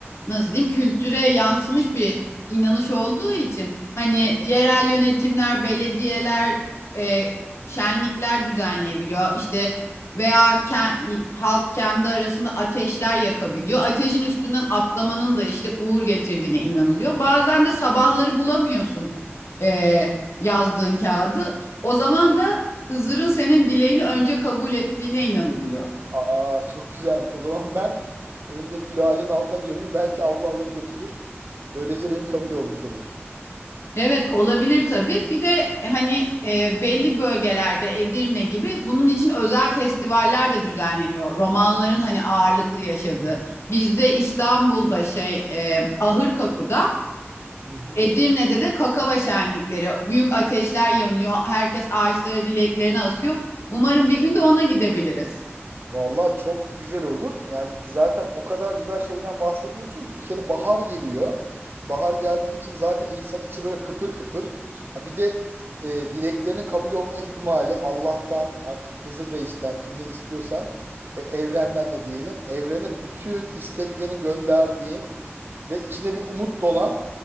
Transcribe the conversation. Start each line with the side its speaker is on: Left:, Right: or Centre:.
Left: nasıl diyeyim kültüre yansımış bir inanış olduğu için hani
Right: Hı hı.
Left: yerel yönetimler, belediyeler e, şenlikler düzenleyebiliyor. İşte veya ke- halk kendi arasında ateşler yakabiliyor. Ateşin üstünden atlamanın da işte uğur getirdiğine inanılıyor. Bazen de sabahları bulamıyorsun e, yazdığın kağıdı. O zaman da Hızır'ın senin dileğini önce kabul ettiğine inanılıyor.
Right: Aa çok güzelmiş. O zaman ben önümdeki gül ağacının altına gömeyim. Belki abla alır götürür. Böylece benim kabul olmuş olur.
Left: Evet olabilir tabii. Bir de e, hani e, belli bölgelerde Edirne gibi bunun için özel festivaller de düzenleniyor. Romanların hani ağırlıklı yaşadığı.
Right: Hı hı.
Left: Bizde İstanbul'da şey e, Ahırkapı'da
Right: Hı hı.
Left: Edirne'de de kakava şenlikleri. Büyük ateşler yanıyor. Herkes ağaçlara dileklerini asıyor. Umarım bir gün de ona gidebiliriz.
Right: Vallahi çok güzel olur. Yani ki zaten o kadar güzel şeyden bahsediyorsun ki bir kere bahar geliyor. Bahar geldiği için zaten insanın içi böyle kıpır kıpır. Ha bir de e, dileklerinin kabul olma ihtimali Allah'tan artık Hızır Reis'ten kimden istiyorsan e, evrenden de diyelim. Evrene bütün isteklerini gönderdiğin ve içine bir umut dolan